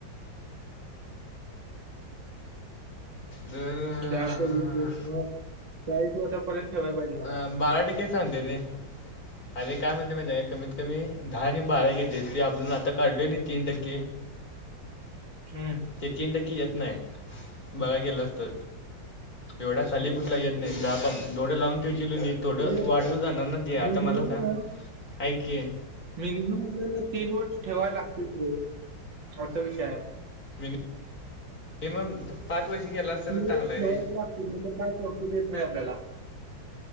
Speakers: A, on the left; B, on the right.
A: तर अं,
B: दहा ते वीस वर्ष चाळीस वर्षांपर्यंत ठेवायला पाहिजे मला.
A: बारा टके सांते ते. <inaudible> अरे काय म्हणते माहि का कमीत कमी दहा आणि बारा घेते ते आपल्या आता काढल तीन टक्के.
B: हम्म.
A: ते तीन टक्की येत नाही हे बघ गेलास तर. एवढा खाली कुठला
B: हम्म.
A: येत
B: ते
A: नाही दहापण
B: तर आहे.
A: डोडं लाॉँग ठेवू केलू नीत. थोडं
B: म्हणजे
A: वाढव जाणांना द आता
B: मिनिमम
A: मला तर
B: ना
A: ऐक की.
B: मिनिमम आपल्याला तीन वर्ष ठेवायला लागतील रे असा विषय आहे.
A: मि मिनिमम तू पाच वषू केलास तर
B: तीन
A: चांगलं
B: वर्ष ठेवायलाच
A: आहे रे.
B: लागते काय प्रॉफिट येत नाही आपल्याला